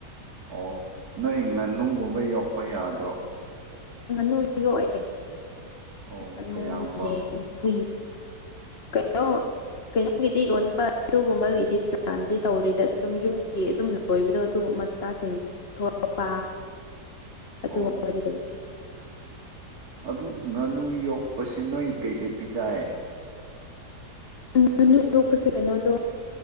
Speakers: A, on the right; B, on the left.
A: ꯑꯣ ꯅꯣꯏ ꯉꯥꯅꯨꯒꯨꯝꯕ ꯌꯣꯛꯄ ꯌꯥꯗ꯭ꯔꯣ
B: ꯉꯥꯅꯨ ꯌꯣꯛꯑꯦ
A: ꯑꯣ
B: ꯉꯥꯅꯨ
A: ꯀꯌꯥꯒꯨꯝꯕ
B: ꯌꯦ ꯍꯨꯏ ꯀꯩꯅꯣ ꯀꯩꯅꯣꯒꯤꯗꯤ ꯌꯣꯟꯕ ꯑꯗꯨꯒꯨꯝꯕꯒꯤꯗꯤ ꯄ꯭ꯂꯥꯟꯗꯤ ꯇꯧꯔꯦꯗꯠ ꯑꯗꯨꯝ ꯌꯨꯝꯒꯤ ꯑꯗꯨꯝ ꯂꯣꯏꯕꯗꯣ ꯑꯗꯨꯑꯨꯝ ꯃꯊꯥꯁꯤꯡ ꯊꯣꯑꯛꯄ ꯑꯗꯨꯒꯨꯝꯕꯗꯤ
A: ꯑꯣ
B: ꯂꯩꯌꯦ
A: ꯑꯗꯨꯝ ꯉꯥꯅꯨ ꯌꯣꯛꯄꯁꯤ ꯅꯣꯏ ꯀꯩꯀꯩ ꯄꯤꯖꯥꯏꯌꯦ
B: ꯉꯅꯨ ꯌꯣꯛꯄꯁꯦ ꯀꯩꯅꯣꯗꯣ